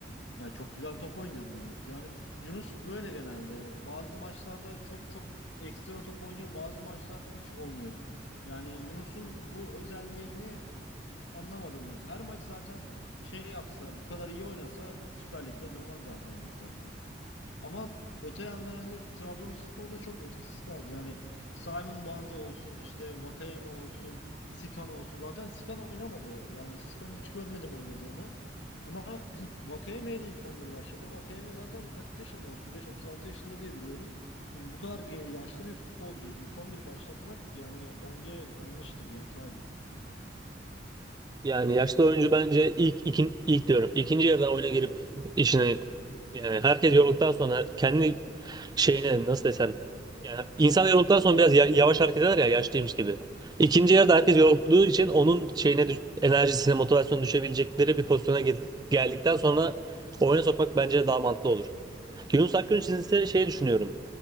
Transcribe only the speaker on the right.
Yani yaşlı oyuncu bence ilk ikin, ilk diyorum. İkinci yarıda oyuna girip işine Yani herkes yorulduktan sonra kendi şeyine nasıl desem yani insan yorulduktan sonra biraz ya- yavaş hareket eder ya yaşlıymış gibi. İkinci yarıda herkes yorulduğu için onun şeyine düş- enerjisine motivasyonu düşebilecekleri bir pozisyona gel- geldikten sonra oyuna sokmak bence daha mantıklı olur. Yunus Akgün için ise şey düşünüyorum.